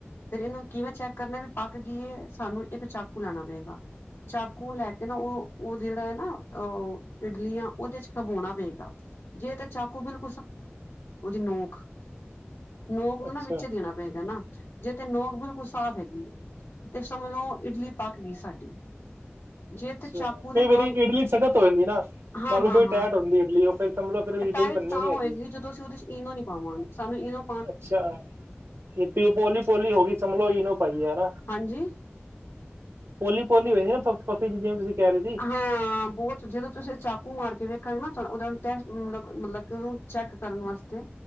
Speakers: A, on the left (about 70°); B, on the right (about 75°).
A: ਫ਼ਿਰ ਇਹਨੂੰ ਕਿਵੇਂ ਚੈੱਕ ਕਰਨਾ ਵੀ ਪੱਕ ਗਈ ਏ ਸਾਨੂੰ ਇੱਕ ਚਾਕੂ ਲਾਣਾ ਪਏਗਾ। ਚਾਕੂ ਲੈ ਕੇ ਨਾ ਉਹ- ਉਹ ਜਿਹੜਾ ਹੈ ਨਾ ਉਹ ਇਡਲੀਆ ਉਹਦੇ 'ਚ ਭਿਗਾਉਣਾ ਪਏਗਾ ਜੇ ਉਹਦੀ ਨੋਕ- ਨੋਕ ਨੂੰ
B: ਅੱਛਾ
A: ਨਾ ਵਿੱਚ ਦੇਣਾ ਪਏਗਾ ਨਾ। ਜੇ ਤੇ ਨੋਕ ਬਿਲਕੁਲ ਸਾਫ਼ ਹੈਗੀ ਹੈ ਤੇ ਲੋ ਇਡਲੀ ਪੱਕ ਗਈ ਸਾਡੀ ਜੇ
B: ਅੱਛਾ
A: ਤੇ ਚਾਕੂ ਦੇ
B: ਕਈ
A: ਨਾਲ
B: ਵਾਰੀ ਇਡਲੀ ਸਖ਼ਤ ਹੋ ਜਾਂਦੀ ਨਾ
A: ਹਾਂ
B: ਮੰਨ ਲਓ
A: ਹਾਂ
B: ਬਈ
A: ਹਾਂ
B: ਟੈਟ ਹੁੰਦੀ ਇਡਲੀ ਉਹ ਫਿਰ ਤਾਂਲ ਫਿਰ ਇਡਲੀ
A: ਟਾਈਟ
B: ਵੀ ਬੰਨੀ
A: ਤਾਂ
B: ਨੀ ਹੈਗੀ
A: ਹੋਏਗੀ ਜਦੋਂ ਅਸੀਂ ਉਹਦੇ ਚ ਇਨੋ ਨੀ ਪਾਵਾਂਗੇ ਸਾਨੂੰ ਇਹਨੂੰ
B: ਅੱਛਾ ਇਹ ਪਿਓ ਪੋਲੀ ਪੋਲੀ ਹੋ ਗਈ ਸਮਜ ਲੋ ਪਾਈ ਹੈ ਹਨਾ।
A: ਹਾਂਜੀ
B: ਪੋਲੀ ਪੋਲੀ ਹੋਦੀ ਨਾ ਪਫ਼ੀ ਜਿਵੇਂ ਤੁਸੀਂ ਕਹਿ ਰਹੇ ਸੀ
A: ਹਾਂ ਬਹੁਤ ਜਦੋਂ ਤੁਸੀਂ ਚਾਕੂ ਮਾਰ ਕੇ ਵੇਖਾਂਗੇ ਨਾਓ ਟੈਸ ਮਤਲਬ ਮਤਲਬ ਕਿ ਉਹਨ ਚੈੱਕ ਕਰਨ ਵਾਸਤੇ